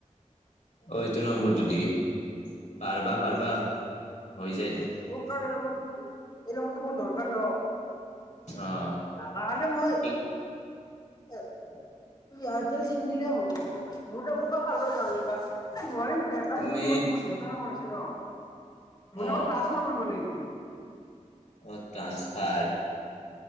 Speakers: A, on the left; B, on the left.
A: অ এইটো নম্বৰটো দি পাৰবা পাৰবা।
B: অ
A: হৈ যায়তো।
B: মোক কাৰণ এই নম্বৰটো, এই নম্বৰটো মোৰ দৰকাৰ ন,।
A: অ
B: লাগা হ'লে মই,
A: ই
B: এ এয়াৰটেল চিম দিলে হ'ব, <inaudible> বা, এই নোৱাৰিম। একাউণ্টো
A: তুমি
B: দেউতাৰ নম্বৰ আছে ন, মোৰ
A: অ
B: নামত ট্ৰান্সফাৰ কৰিব লাগিব।
A: অ, ট্ৰান্সফাৰ।